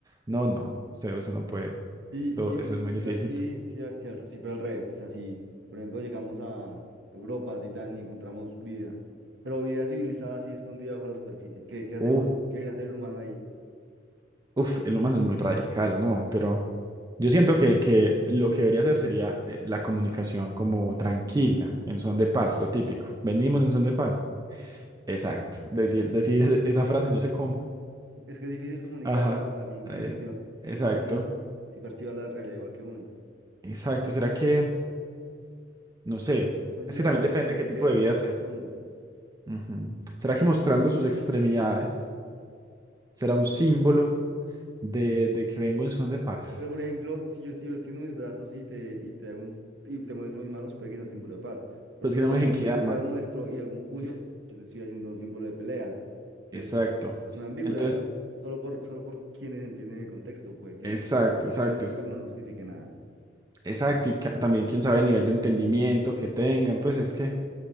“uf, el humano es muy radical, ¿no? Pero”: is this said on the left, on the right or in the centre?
Right